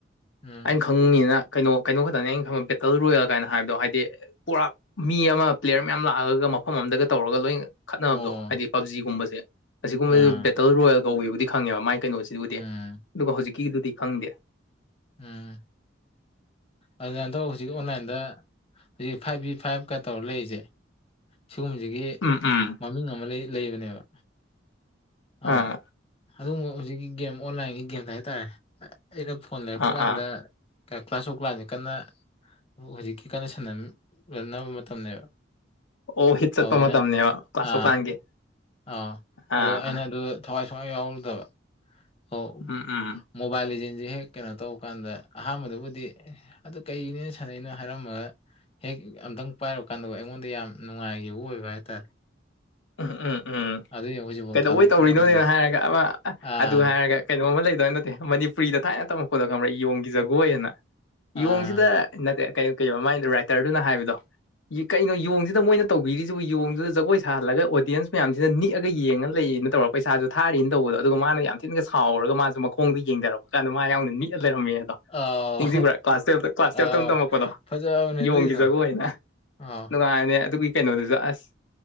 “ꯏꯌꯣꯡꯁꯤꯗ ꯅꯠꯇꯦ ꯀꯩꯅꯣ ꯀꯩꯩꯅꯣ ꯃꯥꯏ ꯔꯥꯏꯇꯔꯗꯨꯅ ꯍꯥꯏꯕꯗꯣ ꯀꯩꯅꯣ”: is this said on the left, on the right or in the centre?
Left